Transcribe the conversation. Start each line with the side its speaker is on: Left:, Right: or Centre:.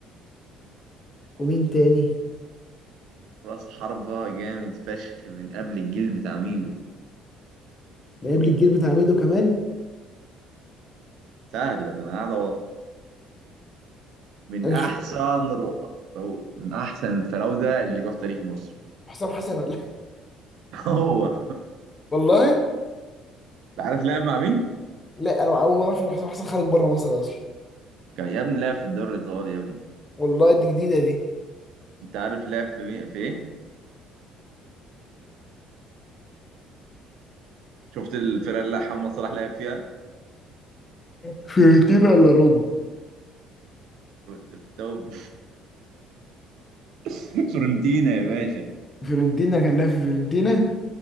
Left: ومين تاني
Right: راس حربة جامد فشخ من قبل الجيل بتاع ميدو
Left: لعيب الجيل بتاع ميدو كمان
Right: سهل ده انا قاعد من
Left: انا
Right: احسن
Left: مش فاكر
Right: رو... رو... من احسن الفراوده اللي جه في تاريخ مصر
Left: حسام حسن ولا
Right: <laughs> هو
Left: <laughs> والله
Right: انت عارف لعب مع مين؟
Left: لا انا اول مره اعرف ان حسام حسن خرج بره مصر اصلا
Right: كان يا ابني لعب في الدوري الايطالي يا ابني
Left: والله دي جديده دي
Right: انت عارف لعب في مين في ايه؟ شفت الفرقه اللي محمد صلاح لعب فيها؟
Left: فيرتين ولا روما
Right: انت بتتوب <laughs> فورنتينا يا باشا
Left: فيورنتينا كان لاعب في فيورنتينا